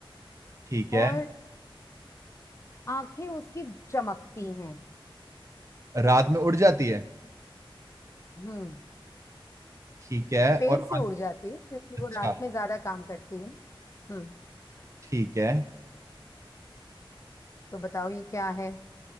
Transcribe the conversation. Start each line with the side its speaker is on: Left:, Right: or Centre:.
Right: ठीक
Left: और
Right: है
Left: आंखें उसकी चमकती हैं
Right: रात में उड़ जाती है
Left: हम्म
Right: ठीक है
Left: पेड़
Right: और
Left: से
Right: आंख-
Left: उड़ जाती है क्योंकि वो
Right: अच्छा
Left: रात में ज्यादा काम करती है हम्म
Right: ठीक है
Left: तो बताओ ये क्या है